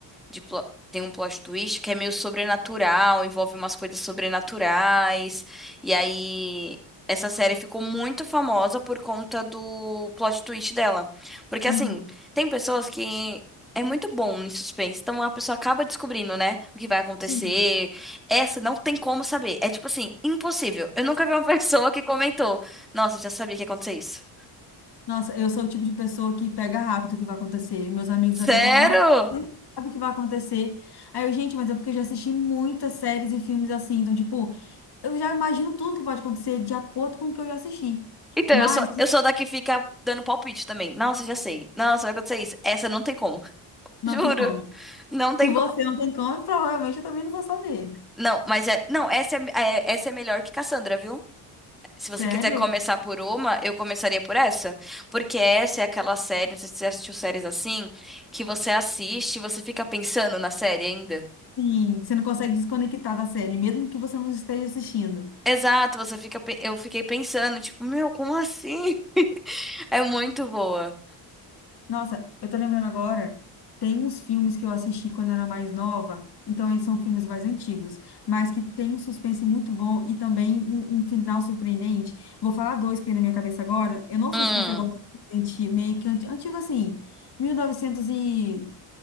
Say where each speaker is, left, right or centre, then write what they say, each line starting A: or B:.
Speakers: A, in the centre; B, on the left.
A: de plo- tem um plot twist que é meio sobrenatural, envolve umas coisas sobrenaturais. E aí essa série ficou muito famosa por conta do plot twist dela. Porque assim,
B: Aham.
A: tem pessoas que é muito bom em suspense, então a pessoa acaba descobrindo, né, o que vai acontecer.
B: Sim.
A: Essa não tem como saber. É tipo assim, impossível. Eu nunca vi uma <laughs> pessoa que comentou: "Nossa, já sabia que ia acontecer isso".
B: Nossa, eu sou o tipo de pessoa que pega rápido o que vai acontecer. E Meus amigos
A: Sério?
B: até falam, nossa, você sabe o que vai acontecer. Aí eu, gente, mas é porque eu já assisti muitas séries e filmes assim, então, tipo, eu já imagino tudo que pode acontecer de acordo com o que eu já assisti.
A: Então,
B: Mas
A: eu sou, eu sou da que fica dando palpite também. Nossa, já sei. Nossa, vai acontecer isso. Essa não tem como. <laughs>
B: não
A: Juro.
B: tem como.
A: Não tem
B: Se você
A: como.
B: não tem como, provavelmente eu também não vou saber.
A: Não, mas é. Não, essa é, é- essa é melhor que Cassandra, viu? Se
B: Sério?
A: você quiser começar por uma, eu começaria por essa. Porque essa é aquela série, não sei se você assistiu séries assim, que você assiste e você fica pensando na série ainda.
B: Sim, você não consegue desconectar da série, mesmo que você não esteja assistindo.
A: Exato, você fica. pe- Eu fiquei pensando, tipo, meu, como assim? <laughs> É muito boa.
B: Nossa, eu tô lembrando agora, tem uns filmes que eu assisti quando eu era mais nova, então eles são filmes mais antigos, mas que tem um suspense muito bom e também um, um final surpreendente. Vou falar dois que vem na minha cabeça agora. Eu não
A: Hum.
B: sei se você gosta de anti- meio que anti- antigo assim, mil e novecentos e